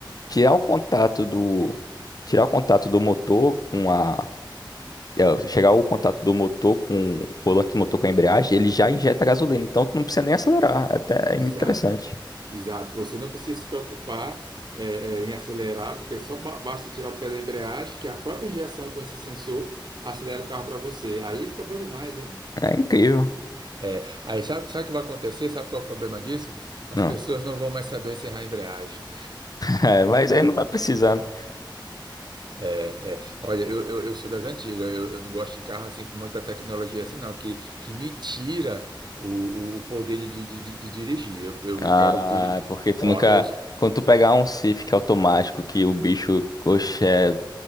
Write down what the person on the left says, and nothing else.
tirar o contato do, tirar o contato do motor com a. é, Chegar o contato do motor com o volante do motor com a embreagem, ele já injeta gasolina, então tu não precisa nem acelerar.
Até é
interessante.
É incrível.
Não.
<laughs>
É, mas aí não vai precisando.
Ah,
é porque tu
nunca.
Quando tu pegar um Civic automático que o bicho, oxe, é,